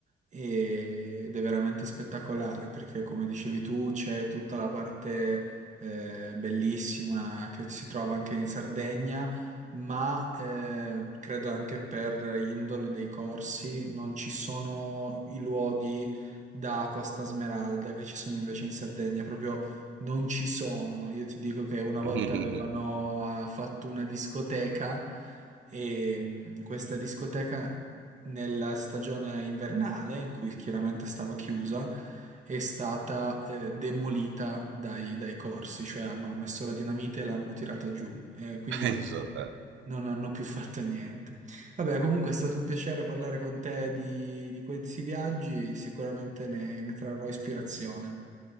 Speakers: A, on the right; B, on the right.
A: e- ed è veramente spettacolare perché, come dicevi tu, c'è tutta la parte eh, bellissima che si trova anche in Sardegna, ma eh, credo anche per indole dei corsi non ci sono i luoghi da Costa Smeralda che ci sono invece in Sardegna, proprio non ci sono, io ti dico che una volta
B: <laughs>
A: avevano eh, fatto una discoteca e mh, questa discoteca nella stagione invernale, in cui chiaramente stava chiusa, è stata eh, demolita dai, dai corsi, cioè hanno messo la dinamite e l'hanno tirata giù, eh, quindi
B: Penso
A: non,
B: a te.
A: non hanno più fatto niente. Vabbè, comunque è stato un piacere parlare con te di, di questi viaggi, sicuramente ne ne trarrò ispirazione.